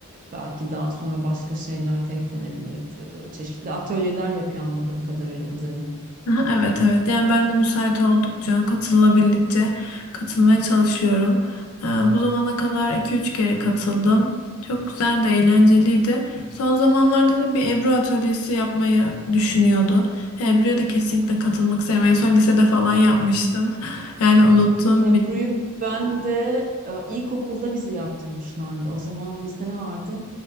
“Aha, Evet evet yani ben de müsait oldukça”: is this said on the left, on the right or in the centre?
Left